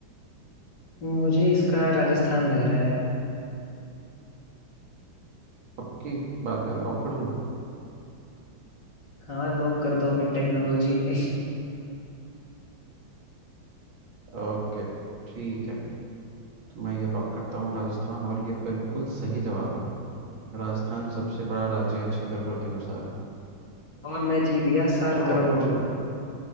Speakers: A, on the left (about 60°); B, on the right (about 80°).
A: मुझे इसका राजस्थान लग रहा है
B: पक्की बात है लॉक कर दूं
A: हाँ लोग कर दो अपनी टेक्नोलॉजी में
B: ओके ठीक है तो मैं ये लॉक करता हूँ राजस्थान और ये बिल्कुल सही जवाब है राजस्थान सबसे बड़ा राज्य है क्षेत्रफल के अनुसार
A: <laughs> और मैं जीत गया सात
B: चलो
A: करोड़
B: आप पूछो